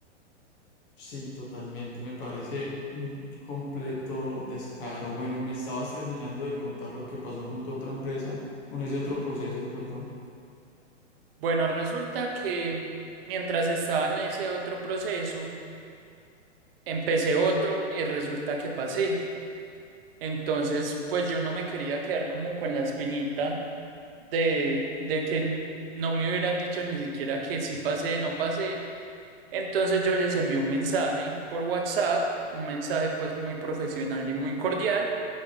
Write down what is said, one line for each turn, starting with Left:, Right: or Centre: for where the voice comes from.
Left: Sí, totalmente. Me parece un completo descaro. Bueno, y me estabas terminando de contar lo que pasó con tu otra empresa, con ese otro proceso, perdón.
Right: Bueno, resulta que mientras estaba en ese otro proceso, empecé otro y resulta que pasé. Entonces, pues yo no me quería quedar como con la espinita de, de que no me hubieran dicho ni siquiera que sí pasé, no pasé. Entonces yo les envié un mensaje por WhatsApp, un mensaje pues muy profesional y muy cordial,